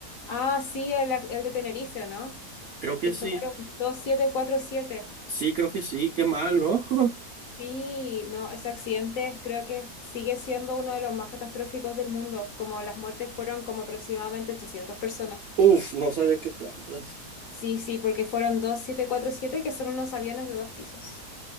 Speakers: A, on the left; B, on the right.
A: Ah, sí, el, el de Tenerife, ¿no?
B: Creo que
A: Que
B: sí,
A: chocaron dos 747.
B: sí, creo que sí, qué mal, ¿no? <laughs>
A: Sí, no, ese accidente creo que sigue siendo uno de los más catastróficos del mundo, como las muertes fueron como aproximadamente 800 personas.
B: Uf, no sabía que tantas.
A: Sí, sí, porque fueron dos siete cuatro siete que son unos aviones de dos pisos.